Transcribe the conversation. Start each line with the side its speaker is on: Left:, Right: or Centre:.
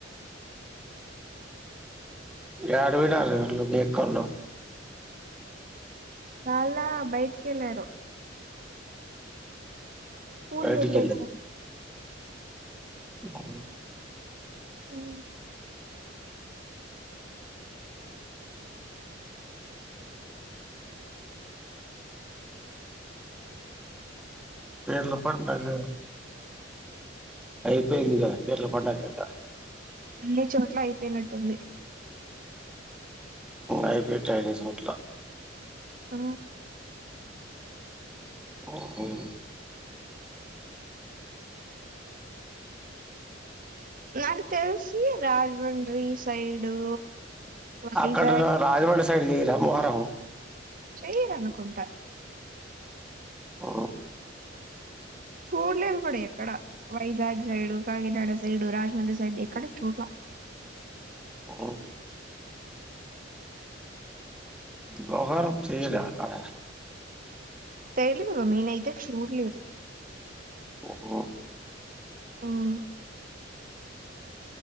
Centre: ఏదిబోయి నువు ఎక్కున్నావ్
Right: వాళ్ళా బయటికి వెళ్ళారు పులు
Centre: బయటికి
Right: తెంపేకి
Centre: బ
Right: హ్మ్
Centre: పీర్ల పండగ అయిపోయింది కదా పిట్ల పండుగ ఇంకా
Right: అన్ని చోట్ల అయిపోయినట్టుంది
Centre: అయిపోయిటా అన్ని చోట్ల
Right: ఆ
Centre: హోటల్
Right: నాకు తెలిసి రాజమండ్రి సైడు వైజాగ్
Centre: అక్కడ రాజమండ్రి సైడు చేయరా మొహరం
Right: చేయరనుకుంట
Centre: ఉ
Right: చూడలేదు కూడా ఎక్కడ Vizag side Kakinada side Rajahmundry side ఎక్కడ చూడలే
Centre: ఆ మొహర్రం చేయరా అక్కడ
Right: తెలిదు నేనైతే చూడలేదు
Centre: ఓ
Right: ఉమ్